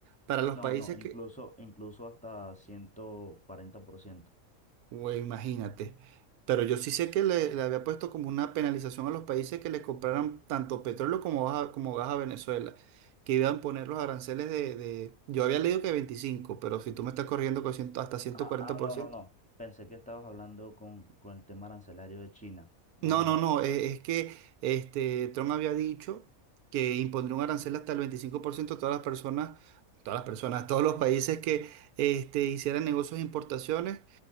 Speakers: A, on the right; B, in the centre.
A: para los
B: No,
A: países
B: no, incluso,
A: que,
B: incluso hasta 140%.
A: güey, imagínate. Pero yo sí sé que le, le había puesto como una penalización a los países que le compraran tanto petróleo como gas, como gas a Venezuela, que iban a poner los aranceles de, de- Yo había leído que 25, pero si tú me estás corriendo con cien hasta ciento-
B: Ah,
A: cuarenta
B: ah,
A: por
B: no,
A: ciento.
B: no, no. Pensé que estabas hablando con, con el tema arancelario de China. No,
A: No,
B: no,
A: no,
B: no.
A: no, eh, es que este, Trump había dicho que impondría un arancel hasta el 25% a todas las personas, todas las personas, todos los países que este, hicieran negocios de importaciones